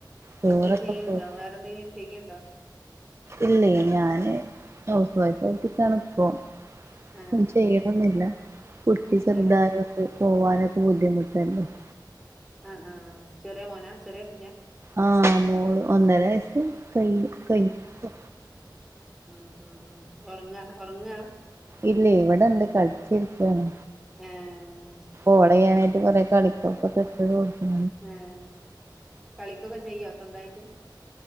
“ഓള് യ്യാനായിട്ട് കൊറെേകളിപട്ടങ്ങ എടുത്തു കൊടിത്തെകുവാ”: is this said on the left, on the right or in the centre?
Right